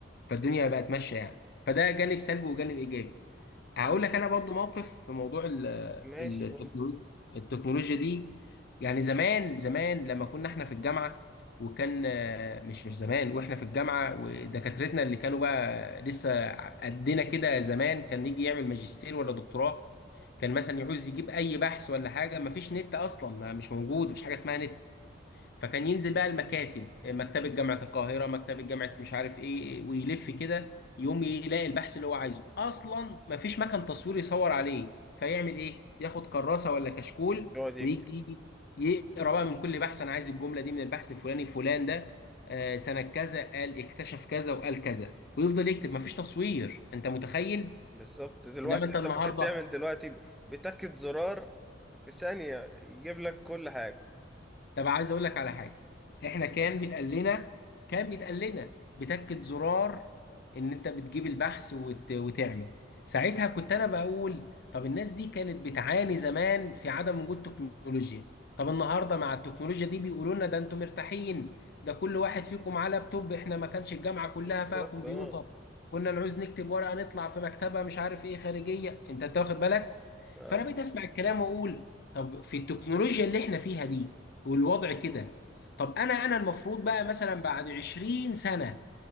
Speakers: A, on the left; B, in the centre.
A: فالدنيا بقت ماشيه يعني فده جانب سلبي وجانب ايجابي هقول لك انا برضو موقف في موضوع ال-
B: ماشي
A: التكنولوجيا
B: قول
A: التكنولوجيا دي يعني زمان زمان لما كنا احنا في الجامعه وكان آه، مش مش زمان واحنا في الجامعه ودكاترتنا اللي كانوا بقى لسه قدنا كده زمان كان يجي يعمل ماجستير ولا دكتوراه كان مثلا يعوز يجيب اي بحث ولا حاجه مفيش نت اصلا ما مش موجود مفيش حاجه اسمها نت فكان ينزل بقى المكاتب مكتبة جامعة القاهرة مكتبة جامعة مش عارف ايه ويلف كده يقوم يلاقي البحث اللي هو عايزه اصلا مفيش مكان تصوير يصور عليه فيعمل ايه ياخد كراسة ولا كشكول
B: يقعد يكتب
A: ويجي يجي يقرا بقى من كل بحث انا عايز الجملة دي من البحث الفلاني فلان ده آه، سنة كذا قال اكتشف كذا وقال كذا ويفضل يكتب مفيش تصوير انت متخيل
B: بالظبط دلوقتي
A: انما انت
B: انت
A: النهارده
B: ممكن تعمل دلوقتي ب- بتاكد زرار في ثانية يجيب لك كل حاجة
A: طب عايز اقول لك على حاجه احنا كان بيتقال لنا كان بيتقال لنا بتكة زرار ان انت بتجيب البحث وت... وتعمل ساعتها كنت انا بقول طب الناس دي كانت بتعاني زمان في عدم وجود تكنولوجيا طب النهارده مع التكنولوجيا دي بيقولوا لنا ده انتم مرتاحين ده كل واحد فيكم معاه لابتوب احنا ما كانش الجامعه كلها
B: بالظبط
A: فيها كمبيوتر
B: اه
A: كنا نعوز نكتب ورقه نطلع في مكتبه مش عارف ايه خارجيه انت أنت واخد بالك
B: اه
A: فانا بقيت اسمع الكلام واقول طب في التكنولوجيا اللي احنا فيها دي والوضع كده طب انا انا المفروض بقى مثلا بعد 20 سنة